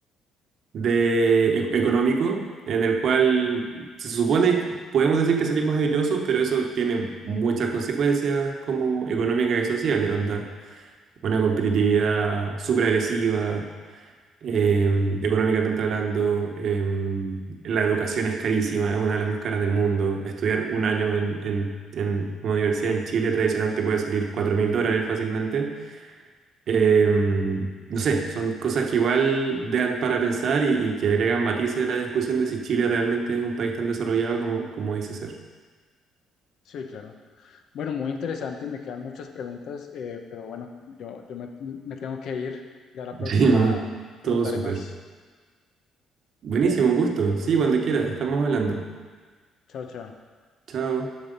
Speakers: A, on the right; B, on the left.
A: de e- económico, en el cual se supone que podemos decir que salimos airosos, pero eso tiene muchas consecuencias como económicas y sociales, onda, una competitividad súper agresiva, eh, económicamente hablando, eh, la educación es carísima, es una de las más caras del mundo, estudiar un año en, en, en una universidad en Chile tradicional te puede salir cuatro mil dólares fácilmente. Em, no sé, son cosas que igual dan para pensar y, y que agregan matices a la discusión de si Chile realmente es un país tan desarrollado como, como dice ser.
B: Sí, claro. Bueno, muy interesante y me quedan muchas preguntas, eh, pero bueno, yo, yo me, me tengo que ir. Ya la
A: <laughs>
B: próxima
A: Sí, muy-
B: preguntaré
A: todo súper.
B: más.
A: Buenísimo,
B: Bueno,
A: un gusto.
B: eh, pues,
A: Sí, cuando quieras, estamos hablando.
B: chao, chao.
A: Chao.